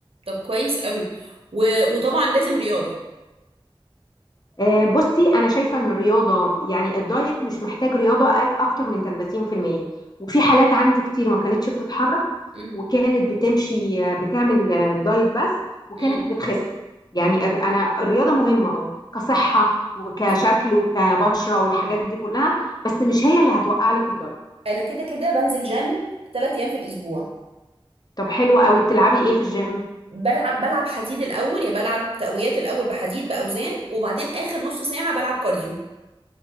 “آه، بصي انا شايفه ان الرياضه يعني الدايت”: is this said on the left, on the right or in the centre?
Left